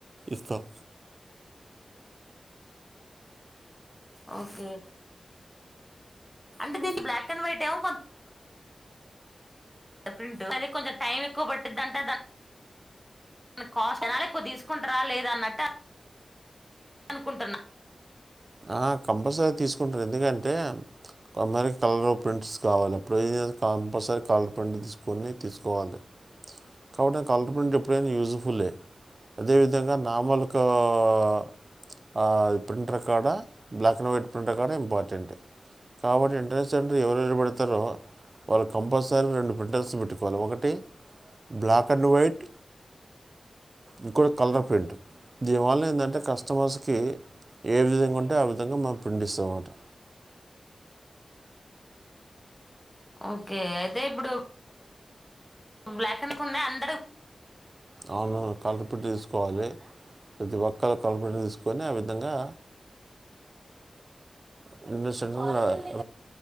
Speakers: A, on the right; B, in the centre.
A: ఇస్తాం
B: ఓకే అంటే దీని బ్లాక్ అండ్ వైట్ ఏమో ఎప్రైజ్ అది కొంచెం టైం ఎక్కువ పట్టుద్దంటా దాన్ని కాస్ట్ అలానే ఎక్కువ తీసుకుంటారా లేదా అన్నట్టు అనుకుంటున్నా
A: ఆ కంపల్సరీ తీసుకు ఎందుకంటే మరి కలర్ ప్రింట్స్ కావాలి ఇప్పుడు కంపల్సరీ కలర్ ప్రింట్ తీసుకొని తీసుకోవాలి కావుటే కలర్ అది ఎప్పుడైనా యూస్ఫుల్లే అదేవిధంగా నార్మల్. ఆహ్ ఆ ప్రింటర్ కాడ బ్లాక్ అండ్ వైట్ ప్రింటర్ కాడ ఇంపార్టెంట్ కాబట్టి ఇంటర్నెట్ సెంటర్ ఎవరు పెడు తారో వాళ్ళు కంపల్సరీ రెండు ప్రింటర్స్ పెట్టుతే ఒకటి బ్లాక్ అండ్ వైట్ ఇంకొటి కలర్ ప్రింట్ దీనివల్ల ఏందంటే కస్టమర్స్కి ఏ విధంగా ఉంటే ఆ విధంగా మనం ప్రింట్ఇస్తాం అన్నమాట
B: ఓకే అయితే ఇప్పుడు బ్లాక్ అని కొన్నా అన్
A: అవును కలర్ ప్రింట్ తీసుకోవాలి ప్రతి ఒక్కరు కలర్ ప్రింట్ తీసుకొని అవి ఆ విధంగా క్రింద షెటర్ ఉంది కదా